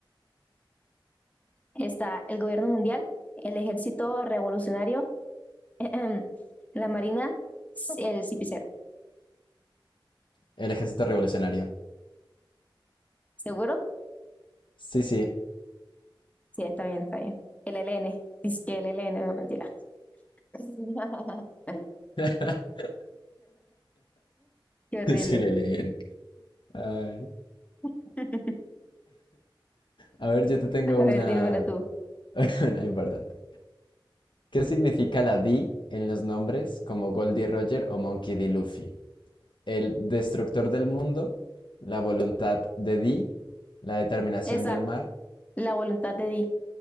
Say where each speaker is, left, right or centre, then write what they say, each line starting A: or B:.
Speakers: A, on the left; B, on the left.
A: Está el gobierno mundial, el ejército revolucionario, <clears throat> la marina, c- el cipicero.
B: El ejército revolucionario.
A: ¿Seguro?
B: Sí, sí.
A: Sí, está bien, está bien. El L N. Dice que el L LN, no mentira. <laughs>
B: <laughs>
A: Qué horrible.
B: Sí le leen. Ay.
A: <laughs>
B: A ver, yo te tengo
A: A ver,
B: una,
A: dime una tú.
B: <laughs> una importante. ¿Qué significa la D en los nombres como Goldie Roger o Monkey D. Luffy? El destructor del mundo, la voluntad de D, la determinación
A: Esa,
B: del mar.
A: la voluntad de Di.